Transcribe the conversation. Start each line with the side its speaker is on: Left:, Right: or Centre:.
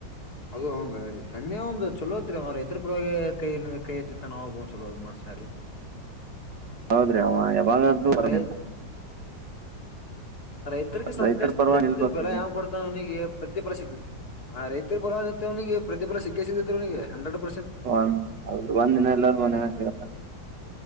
Left: ಅದು ಹೌದ ಹೆಮ್ಮೆ ಒಂದು್ ಚಲೋದತ್ತ ಅವ್ರತರ ಪರವಾಗಿ ಕೈ ಕೈ ಎತ್ತಿತ್ತ ನಾವು ಒ್ ಚಲೋ ಮಾಡ್ಸೀ
Right: ಹೌದ್ರಿ ಅವ ಯಾವಾಗಾದೂ ಬರಂತ
Left: ರೈ ರೈತರಿರಿಗೆ ಸಂಕಷ್ಟಕ್ಕೆ
Right: ರೈತರ ಪರವಾಗಿ ನಿಲ್ಬೇಕ್ರಿ
Left: ಬೆಲ ಯಾವ್ ಕೊಡ್ತಾವ ನನಿಗೆ ಪ್ರತಿಬರ ಸಿಗ್ತತಿ ರೈತ ಪನಗೆ ಸಿಕ್ಕೇ ಸಿಗೆ ಹ
Right: ಒಂದ್ ಹೌದ್ರ ಒಂದ್ ದಿನ ಎಲ್ಲೂ ಒಂದ್ ದಿನ ಸಿಗತ್ತ